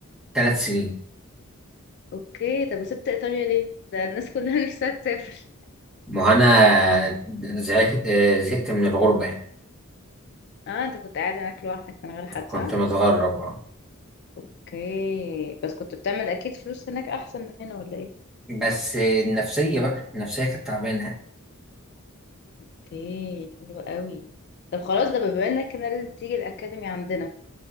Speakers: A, in the centre; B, on the left.
A: ثلاث سنين
B: اوكي طب وسبت ايطاليا ليه ده الناس كلها <laughs> نفسها تسافر
A: ما هو انا زهقت آه، زهقت من الغربة يعني
B: اه انت كنت قاعد هناك لوحدك من غير حد
A: كنت
B: صح
A: متغرب آه.
B: اوكي بس كنت بتعمل اكيد فلوس هناك احسن من هنا ولا ايه
A: بس النفسية بقى النفسية كانت تعبانة
B: اوكي حلوة قوي طب خلاص ده بما انك كده لازم تيجي الاكاديمي عندنا